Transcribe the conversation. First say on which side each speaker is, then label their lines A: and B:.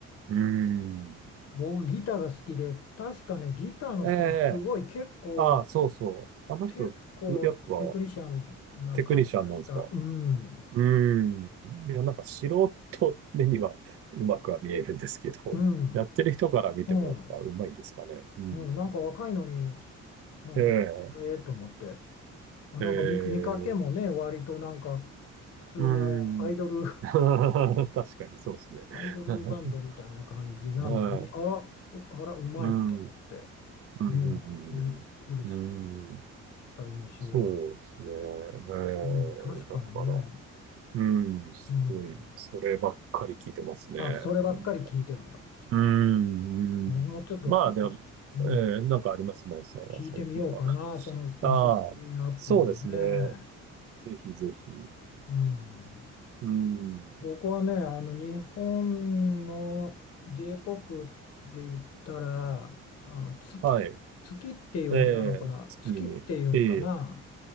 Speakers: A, on the right (about 50°); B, on the left (about 55°).
A: うん
B: 僕ギターが好きで、確かね、ギターの人もすごい結構
A: ええああ、そうそう。あの人、
B: 結構テクニシャンな感じがした。
A: うやっぱテクニシャンなんですか
B: うん、
A: うーん。いや、なんか素人目にはうまくは見えるんですけど、
B: うん、
A: <laughs> やってる人から見てもやっぱうまいんですかね。
B: うん、
A: うん。
B: うん、なんか若いのに、なんか、
A: ええ、
B: ええと思って。あなんか見、
A: え
B: 見かけもね、
A: え、
B: 割となんか、普通のアイドル、
A: うん。
B: <laughs>
A: <laughs> 確かにそうですね。
B: アイドルバンドみたいな感じなのに、
A: <laughs> はい。
B: あら、あら、うまいと思って。
A: うん。うん、うん、
B: うん、びっくりし
A: うん。うん。
B: た印象はある。
A: そうですね。ええ、
B: うん、確かにね。
A: だから。うん、すごい、
B: うん。
A: そればっかり聞いてますね。
B: あ、そればっかり聞いてるんだ。
A: なんだか。うん、
B: 僕もちょっと、
A: うん。まあでも、
B: うん、うん
A: えー、なんかあります、マンさんは、
B: 聞いてみようかな、
A: 最近は。
B: そのミセスグリーンアップルをね。
A: <laughs> ああ、そうですね。ぜひぜひ。
B: うん、
A: うん、
B: 僕はね、あの日本の J-POP で言ったら、あの月、
A: はい。
B: 月っていう女の子かな、
A: ええ月に。
B: 月っていうんかな、
A: ええ、